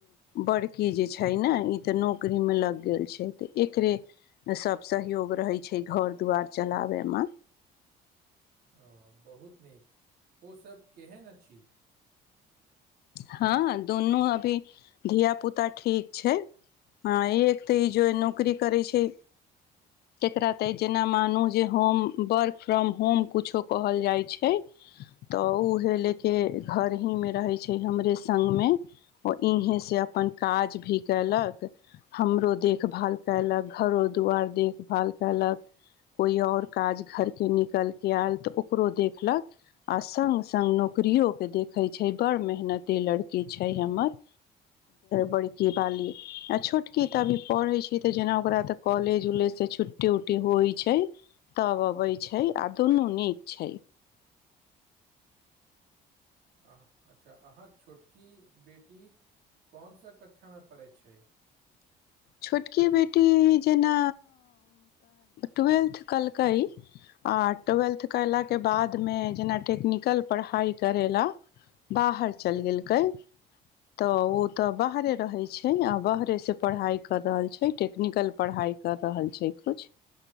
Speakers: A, on the left; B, on the right.
A: बड़की जे छै ने ई तऽ नौकरी मे लग गेल छै एकरे सब सहयोग रहै छै घर दुआर चलाबैमे
B: ओ बहुत नीक ओसभ केहन अछि
A: हँ दुनू अभी धिया पुता ठीक छै हँ एक तऽ ई जे नौकरी करै छै जकरा तऽ जेना मानू जे होम वर्क फ्रॉम होम किछो कहल जाइ छै तऽ उ हे ले के घर ही मे रहै छै हमरे संग मे ओ इहे से अपन काज भी कैलक हमरो देखभाल कयलक घरो दुआर देखभाल कयलक कोई आओर काज घर के निकलि कऽ आयल तऽ ओकरो देखलक। आ संग संग नौकरियो के देखैत छै बड़ मेहनते लड़की छै हमर बड़की बाली आ छोटकी तऽ अभी पढ़ैत अछि, तो जेना ओकरा तँ कॉलेज-उलेजसँ छुट्टी-उट्टी होइत छै तब आबैत छै, आ दुनू नीक छै।
B: अ अच्छा अहाँके छोटकी बेटी कोनसँ कक्षामे पढ़ैत छै
A: छोटकी बेटी जेना ट्वेल्थ। कलकै आ ट्वेल्थ कैमरा के बादमे जेना टेक्निकल। कल पढ़ाइ करै लए बाहर चलि गेलकै तऽ ओ तऽ बाहरे रहे छै आ बाहरे से पढ़ाई कर रहल छै टेक्निकल पढ़ाइ कर रहल छै कुछ